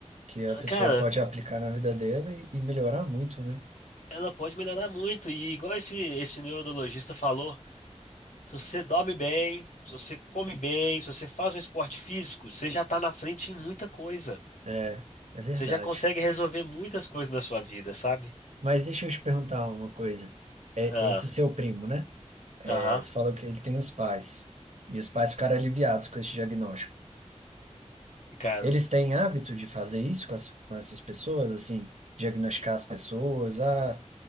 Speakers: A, on the right; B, on the left.
A: que a pessoa
B: Cara,
A: pode aplicar na vida dela e, e melhorar muito, né?
B: Ela pode melhorar muito. E igual esse, esse neurologista falou, se você dorme bem, se você come bem, se você faz um esporte físico, você já tá na frente em muita coisa.
A: É, é verdade.
B: Você já consegue resolver muitas coisas na sua vida, sabe?
A: Mas deixa eu te perguntar uma coisa. É
B: Ah,
A: esse seu primo, né? É,
B: aham,
A: você falou que ele tem os pais. E os pais ficaram aliviados com esse diagnóstico.
B: ficaram.
A: Eles têm hábito de fazer isso com, as- com essas pessoas, assim, diagnosticar as pessoas. Ah,